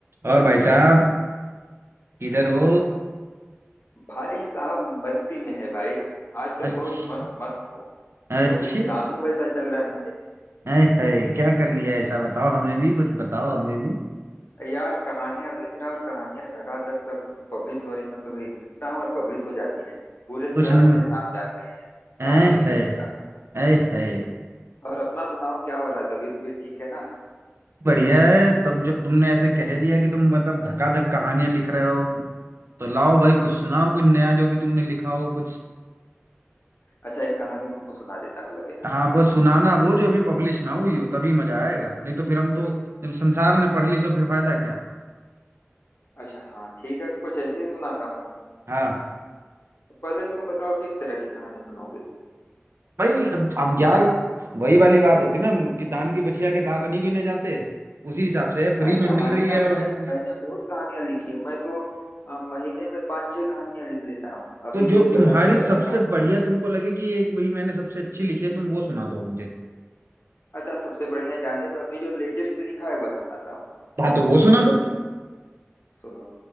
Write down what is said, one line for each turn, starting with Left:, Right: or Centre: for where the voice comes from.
Right: और भाई साहब किधर हो
Left: भाई साहब मस्ती में है भाई आजकल
Right: अच्छा
Left: बहुत म- मस्त हो
Right: अच्छा
Left: क्योंकि काम ही वैसा चल रहा है मजे में
Right: ऐ है क्या कर लिया ऐसा बताओ हमें भी कुछ बताओ हमें भी
Left: यार कहानियां लिख रहा और कहानियां धकाधक सब पब्लिश हो रही मतलब लिखता हूँ और पब्लिश हो जाती हैं पूरे
Right: कुछ
Left: शहर
Right: न-
Left: वाले नाम जान गए हैं
Right: ऐ
Left: कहानियों
Right: है
Left: से मेरा
Right: ऐ है
Left: और अपना सुनाओ क्या हो रहा है तबीयत भी ठीक है ना
Right: बढ़िया है तब जब तुमने ऐसे कह दिया कि तुम मतलब धकाधक कहानियां लिख रहे हो तो लाओ भाई कुछ सुनाओ कुछ नया जो भी तुमने लिखा हो कुछ
Left: अच्छा एक कहानी तुमको सुना देता हूँ लगे हाथ
Right: हाँ वो सुनाना वो जो अभी पब्लिश ना हुई हो तभी मजा आएगा नहीं तो फिर हम तो जब संसार ने पढ़ ली तो फिर फायदा क्या
Left: अच्छा हाँ ठीक है कुछ ऐसे ही सुनाता हूँ
Right: हाँ
Left: पहले तुम बताओ किस तरह की कहानी सुनोगे
Right: भाई अब अब यार वही वाली बात होती ना कि दान की बचिया के दांत नहीं गिने जाते उसी हिसाब से फ्री
Left: भाई
Right: में
Left: कहानियां
Right: मिल रही है और उस-
Left: मैं मैंने बहुत कहानियां लिखी है मैं तो अ, महीने में पाँच छह कहानियां लिख लेता हूँ अभी
Right: तो जो
Left: तो
Right: तुम्हारी
Left: पचास से ज्यादा
Right: सबसे
Left: कहानियां
Right: बढ़िया
Left: हो गई
Right: तुमको लगे कि एक भाई मैंने सबसे अच्छी लिखी है तुम वो सुना दो मुझे
Left: अच्छा सबसे बढ़िया जाने तो अभी जो लेटेस्ट लिखा है वह सुनाता हूँ
Right: हाँ तो वो सुना दो
Left: सुनो